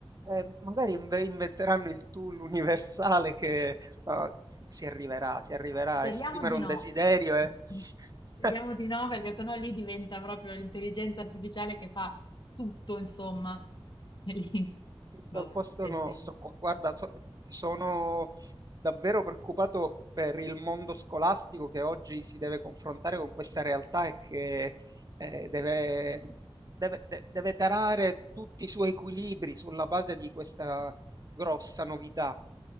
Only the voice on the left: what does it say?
Ma
eh, speriamo
di
no.
<laughs> Speriamo
di no, perché sennò lì diventa proprio l'intelligenza artificiale che fa tutto, insomma. <laughs> E lì, vabbè,
vedremo,